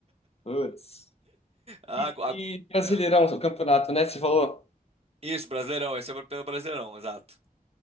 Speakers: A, on the left; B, on the right.
A: Putz.
B: Ah,
A: E,
B: agu- agu-
A: e Brasileirão,
B: ah,
A: o campeonato, né? Você falou.
B: Isso, Brasileirão, esse é pelo Brasileirão, exato.